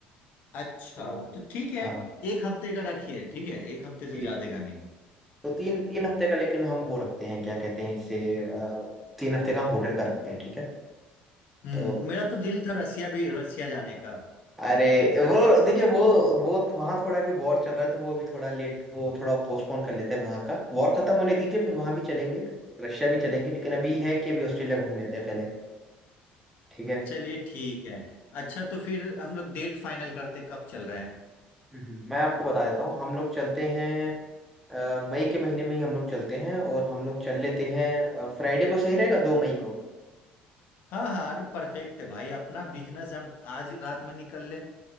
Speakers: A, on the left (about 60°); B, in the centre.
A: अच्छा
B: तो
A: तो ठीक है
B: हाँ
A: एक हफ्ते का रखिए ठीक है एक हफ्ते से
B: जी
A: ज्यादा
B: जी
A: का नहीं
B: तो तीन तीन हफ्ते का लेकिन हम वो रखते हैं क्या कहते हैं इसे अ, तीन हफ्ते का हम होटल का रखते हैं ठीक है
A: हम्म
B: तो
A: मेरा तो दिल था रसिया भी रसिया जाने का
B: अरे वो देखिए वो वो वहां थोड़ा भी वॉर चल रहा है तो वो अभी थोड़ा लेट वो थोड़ा पोस्टपोन कर लेते हैं वहां का वॉर खत्म होने दीजिए फिर वहां भी चलेंगे रशिया भी चलेंगे लेकिन अभी है कि अभी ऑस्ट्रेलिया घूम लेते हैं पहले ठीक है
A: चलिए ठीक है अच्छा तो फिर हम लोग डेट फाइनल करते कब चल रहे हैं
B: हम्म, मैं आपको बता देता हूँ हम लोग चलते हैं अ, मई के महीने में ही हम लोग चलते हैं और हम लोग चल लेते हैं फ्राइडे को सही रहेगा दो मई को
A: हाँ हाँ अरे परफेक्ट है भाई अपना बिजनेस हम आज रात में निकल ले